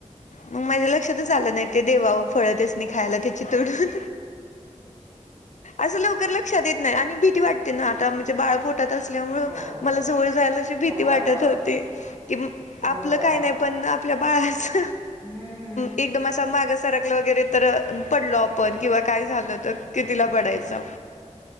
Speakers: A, on the left; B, in the centre.
A: मग माझ्या लक्षातच आलं नाइ ते देवाव. फळ त्यासनी खायला त्याची तोडून अस लवकर लक्षात येत. नाही आणि भीती वाटते ना आता म्हजे बाळप <unintelligible> असल्यामुळ
B: हो हो
A: मला जवळ जायला अशी भीती
B: नको
A: वाटतत
B: वाटत
A: होती. कि आपलं
B: नको बाबा
A: काही नाही पण, आपल्या बाळाच
B: हम्म
A: एकदम असा माग सारकलं वगैरे तर. पडलो आपण किंवा काय झाल तर कितीला पडायचं.